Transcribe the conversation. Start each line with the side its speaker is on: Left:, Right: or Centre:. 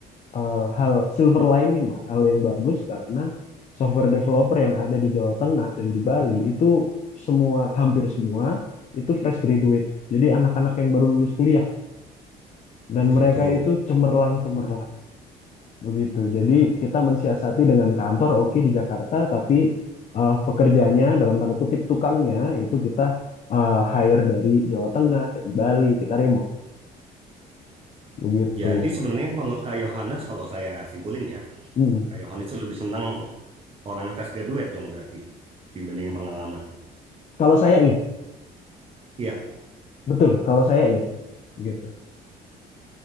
Left: eh, hal silver lining lah hal yang bagus karena software developer yang ada di Jawa Tengah dan di Bali itu semua hampir semua itu fresh graduate jadi anak-anak yang baru lulus kuliah dan
Right: oh gitu.
Left: mereka itu cemerlang cemerlang Begitu. Jadi kita mensiasati dengan kantor oke di Jakarta, tapi eh, pekerjanya dalam tanda kutip tukangnya itu kita eh, hire dari Jawa Tengah, dari Bali, kita remote. Begitu.
Right: Jadi sebenarnya menurut Kak Yohanes kalau saya simpulin ya,
Left: Mm-mm.
Right: Kak Yohanes itu lebih senang orang yang fresh graduate dong berarti dibandingin pengalaman.
Left: Kalau saya iya,
Right: Iya,
Left: betul. Kalau saya iya, begitu.